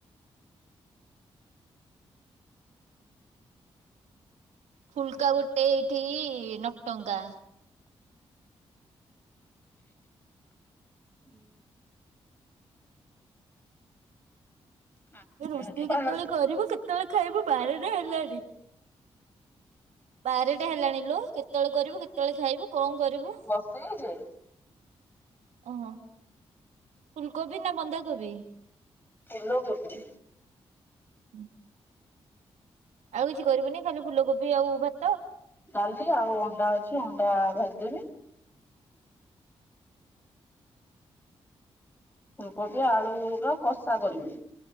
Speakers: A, on the right; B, on the left.
A: ଫୁଲକା ଗୋଟେ ଏଠିକି ନଅ ଟଙ୍କା
B: ହୁ ବସେଇ
A: ରୋଷେଇ କେତେବେଳେ କରିବୁ କେତେବେଳେ ଖାଇବୁ ବାରଟା ହେଲାଣି ବାରଟା ହେଲାଣି ଲୋ କେତେବେଳେ କରିବୁ କେତେବେଳେ ଖାଇବୁ କଣ କରିବୁ?
B: ବସେଇଛି
A: ଓହୋ ଫୁଲକୋବି ନା ବନ୍ଧାକୋବି
B: ଫୁଲକୋବି
A: ହୁଁ ଆଉ କିଛି କରିବୁନି ଖାଲି ଫୁଲକୋବି ଆଉ ଭା
B: ଡାଲି ଆଉ ଅଣ୍ଡା ଅଛି ଅଣ୍ଡା ଭ ଦେବି ଫୁଲକୋବି ଆଳୁର କଷା କରିବି